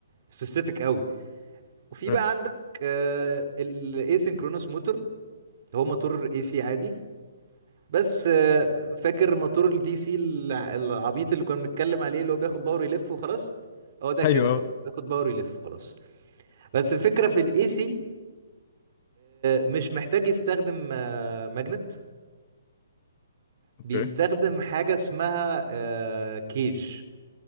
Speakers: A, on the right (about 50°); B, on the left (about 40°).
A: سبيسيفيك قوي
B: اوكي
A: وفي بقى عندك الاي سينكرونوس موتور هو موتور اي سي عادي بس آه، فاكر موتور الدي سي العبيط اللي كنا بنتكلم عليه اللي هو بياخد باور يلف وخلاص هو ده
B: <laughs>
A: كده
B: ايوه
A: برضه بياخد باور يلف خلاص بس الفكرة في الاي سي مش محتاج يستخدم ماجنت
B: اوكي
A: بيستخدم حاجة اسمها كيج